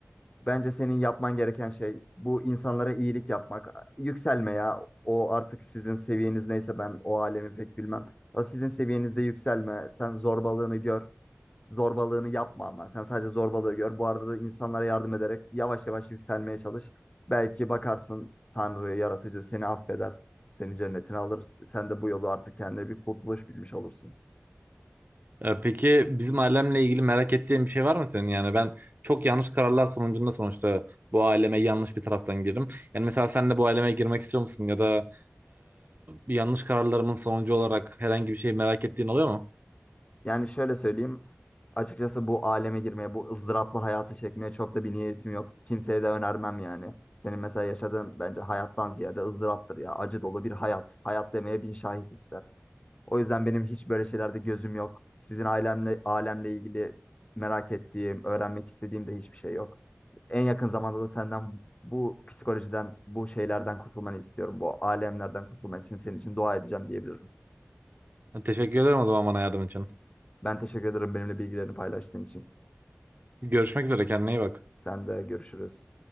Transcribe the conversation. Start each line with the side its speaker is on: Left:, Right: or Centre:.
Left: bence senin yapman gereken şey bu insanlara iyilik yapmak. Yükselme ya. O artık sizin seviyeniz neyse ben o alemi pek bilmem. O sizin seviyenizde yükselme. Sen zorbalığını gör zorbalığını yapma ama. Sen sadece zorbalığı gör. Bu arada da insanlara yardım ederek yavaş yavaş yükselmeye çalış. Belki bakarsın Tanrı, yaratıcı seni affeder. Seni cennetine alır. Sen de bu yolu artık kendine bir kurtuluş bilmiş olursun.
Right: E, peki bizim ailemle ilgili merak ettiğin bir şey var mı senin? Yani ben çok yanlış kararlar sonucunda sonuçta bu aileme yanlış bir taraftan girdim. Yani mesela sen de bu aileme girmek istiyor musun? Ya da e, yanlış kararlarımın sonucu olarak herhangi bir şey merak ettiğin oluyor mu?
Left: Yani şöyle söyleyeyim. Açıkçası bu aleme girmeye, bu ızdıraplı hayatı çekmeye çok da bir niyetim yok. Kimseye de önermem yani. Senin mesela yaşadığın bence hayattan ziyade ızdıraptır ya. Acı dolu bir hayat. Hayat demeye bin şahit ister. O yüzden benim hiç böyle şeylerde gözüm yok. Sizin ailemle alemle ilgili merak ettiğim, öğrenmek istediğim de hiçbir şey yok. En yakın zamanda da senden bu psikolojiden, bu şeylerden kurtulmanı istiyorum. Bu alemlerden kurtulman için senin için dua edeceğim diyebilirim.
Right: Teşekkür ederim o zaman bana yardım için.
Left: Ben teşekkür ederim benimle bilgilerini paylaştığın için.
Right: Görüşmek üzere kendine iyi bak.
Left: Sen de görüşürüz.